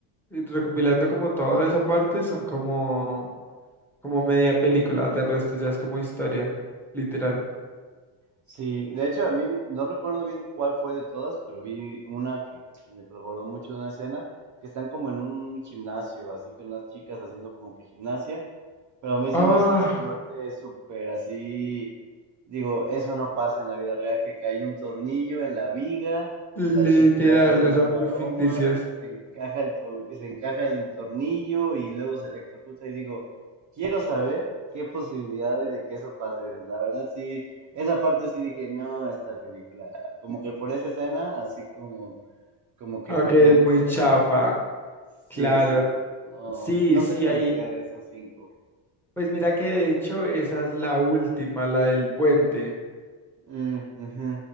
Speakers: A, in the centre; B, on the right.
A: recopilando como toda esa parte, son como, como media película, de resto ya es como historia, literal.
B: Sí, de hecho a mí no recuerdo bien cuál fue de todas, pero vi una que me recordó mucho de una escena que están como en un gimnasio, así que unas chicas haciendo como que gimnasia Pero a mí se
A: Ah,
B: me hizo esa muerte súper así. Digo, eso no pasa en la vida real, que cae un tornillo en la viga,
A: literal,
B: la chica hace
A: o
B: una
A: sea,
B: maroma,
A: muy ficticias.
B: se encaja el, to- se encaja el tornillo y luego se electrocuta. Y digo, quiero saber qué posibilidades de que eso pase. La verdad, sí, esa parte sí dije, no, esta película, como que por esa escena, así como, como que
A: Ok,
B: perdió
A: es
B: mucho
A: muy
B: el
A: chafa,
B: encanto. Sí,
A: claro.
B: sí, dije, no,
A: Sí,
B: no
A: sí,
B: sé cuál
A: ahí.
B: sea de esas cinco.
A: Pues mira que de hecho esa es la última, la del puente.
B: Mm, ujú.